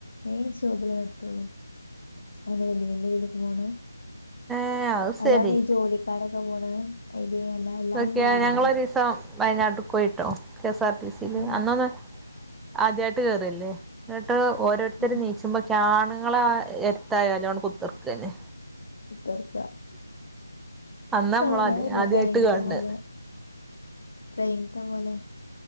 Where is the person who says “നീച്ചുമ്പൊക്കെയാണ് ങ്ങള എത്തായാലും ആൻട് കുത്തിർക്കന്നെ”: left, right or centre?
Centre